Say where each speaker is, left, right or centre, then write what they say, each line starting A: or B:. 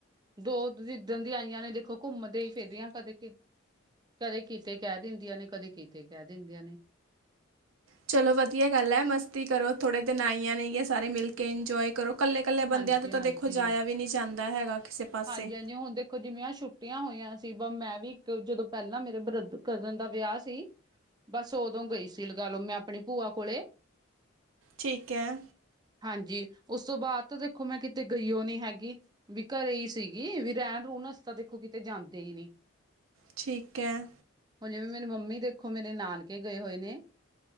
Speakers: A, on the right; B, on the right.
A: ਦੋ ਜਿੱਧਣ ਦੀਆਂ ਆਈਆਂ ਨੇ ਦੇਖੋ। ਘੁੰਮਦੇ ਹੀ ਫਿਰਦੀਆਂ। ਕਦੇ, ਕਦੇ ਕਿਤੇ ਕਹਿ ਦਿੰਦੀਆਂ ਨੇ, ਕਦੇ ਕਿਤੇ ਕਹਿ ਦਿੰਦੀਆਂ ਨੇ।
B: ਚਲੋ ਵਧੀਆ ਗੱਲ ਹੈ। ਮਸਤੀ ਕਰੋ, ਥੋੜੇ ਦਿਨ ਆਈਆਂ ਨੇਗੀਆਂ ਸਾਰੇ ਮਿਲ ਕੇ ਇੰਜੋਏ ਕਰੋ ਕੱਲੇ-ਕੱਲੇ
A: ਹਾਂਜੀ-ਹਾਂਜੀ।
B: ਬੰਦਿਆਂ ਤੋਂ ਤਾਂ ਦੇਖੋ ਜਾਇਆ ਵੀ ਨਹੀਂ ਜਾਂਦਾ ਹੈਗਾ। ਕਿਸੇ ਪਾਸੇ
A: ਹਾਂਜੀ-ਹਾਂਜੀ ਹੁਣ ਦੇਖੋ ਜਿਵੇ ਆਂ ਛੁੱਟੀਆਂ ਹੋਈਆਂ ਸੀ ਬ ਮੈਂ ਵੀ ਇੱਕ ਜਦੋਂ ਪਹਿਲਾਂ ਮੇਰੇ ਬ੍ਰ ਕਜ਼ਨ ਦਾ ਵਿਆਹ ਸੀ। ਬਸ, ਉਦੋਂ ਗਈ ਸੀ ਲਗਾ ਲੋ, ਮੈਂ ਆਪਣੀ ਭੂਆ ਕੋਲੇ
B: ਠੀਕ ਹੈ
A: ਹਾਂਜੀ ਉਸ ਤੋਂ ਬਾਅਦ ਤਾਂ ਦੇਖੋ ਮੈਂ ਕਿਤੇ ਗਈਓ ਨੀ ਹੈਗੀ, ਵੀ ਘਰੇ ਸੀਗੀ ਵੀ ਰਹਿਣ ਰੂਣਸ ਤਾਂ ਦੇਖੋ ਕਿਤੇ ਜਾਂਦੇ ਹੀ ਨੀ।
B: ਠੀਕ ਹੈ।
A: ਹੁਣ ਜਿਵੇਂ- ਮੇਰੀ ਮੰਮੀ ਦੇਖੋ, ਮੇਰੇ ਨਾਨਕੇ ਗਏ ਹੋਏ ਨੇ।